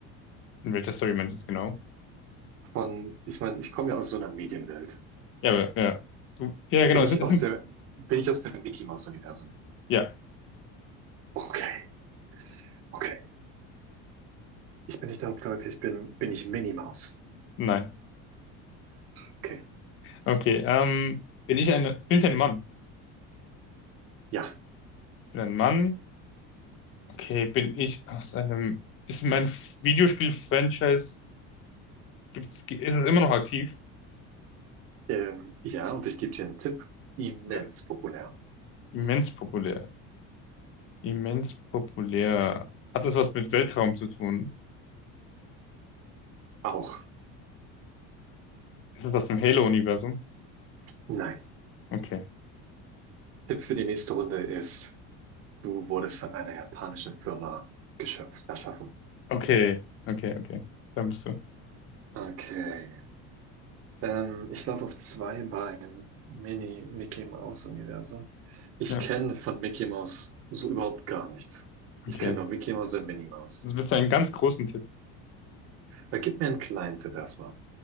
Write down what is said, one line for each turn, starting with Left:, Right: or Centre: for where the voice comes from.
Left: In welcher Story meinst du es genau?
Right: Von, ich meine, ich komme ja aus so einer Medienwelt.
Left: Ja, aber, ja. Du, ja,
Right: Bin
Left: genau.
Right: ich
Left: Es sind, es
Right: aus
Left: sind
Right: der, bin ich aus dem Mickey-Maus-Universum?
Left: Ja,
Right: Okay, okay. Ich bin nicht der Hauptcharakter, ich bin, bin ich Minnie Maus.
Left: nein.
Right: Okay.
Left: Okay, ähm, bin ich eine, bin ich ein Mann?
Right: Ja.
Left: Bin ein Mann? Okay, bin ich aus einem, ist mein F- Videospiel-Franchise, gibt's, ge- ist es immer noch aktiv?
Right: Ähm, ja, und ich gebe dir einen Tipp. Immens
Left: Ja.
Right: populär.
Left: Immens populär. Immens populär. Hat das was mit Weltraum zu tun?
Right: Auch.
Left: Ist das aus dem Halo-Universum?
Right: Nein.
Left: Okay.
Right: Tipp für die nächste Runde ist, du wurdest von einer japanischen Firma geschöpft, erschaffen.
Left: Okay, okay, okay. Da bist du.
Right: Okay. Ähm, ich laufe auf zwei Beinen. Mini Mickey Mouse Universum. Ich
Left: Ja,
Right: kenne von Mickey Mouse so überhaupt gar nichts. Ich
Left: okay.
Right: kenne nur Mickey Mouse und Minnie Mouse.
Left: Das willst du einen ganz großen Tipp.
Right: Aber gib mir einen kleinen Tipp erstmal.